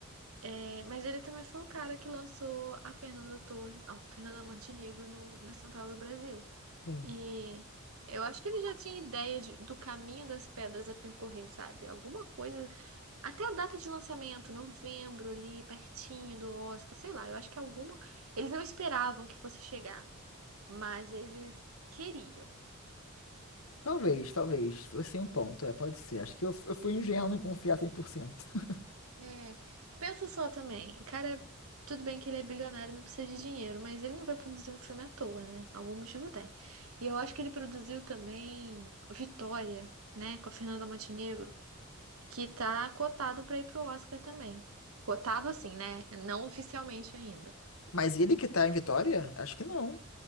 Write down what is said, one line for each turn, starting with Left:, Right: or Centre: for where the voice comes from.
Right: É, mas ele também foi o cara que lançou a Fernanda Torres, não, Fernanda Montenegro no- na Central do Brasil.
Left: Sim.
Right: E eu acho que ele já tinha ideia de- do caminho das pedras a percorrer, sabe? Alguma coisa. Até a data de lançamento, novembro, ali, pertinho do Oscar, sei lá. Eu acho que alguma. Eles não esperavam que fosse chegar, mas eles queriam.
Left: Talvez, talvez. Você tem um ponto, é, pode ser. Acho que eu, eu fui ingênuo em confiar cem por cento <laughs>
Right: É, pensa só também, cara, tudo bem que ele é bilionário, e não precisa de dinheiro, mas ele não vai produzir um filme à toa, né? Algum motivo tem. E eu acho que ele produziu também Vitória, né, com a Fernanda Montenegro, que tá cotado pra ir pro Oscar também. Cotado assim, né? Não oficialmente ainda.
Left: Mas ele que tá em Vitória? Acho que não.